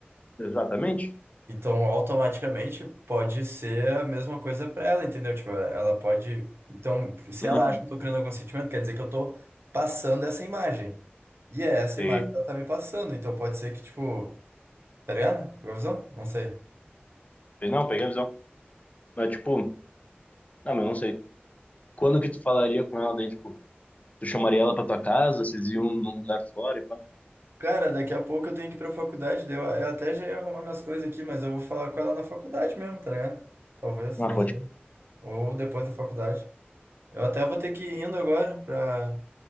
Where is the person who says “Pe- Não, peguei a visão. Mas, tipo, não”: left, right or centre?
Left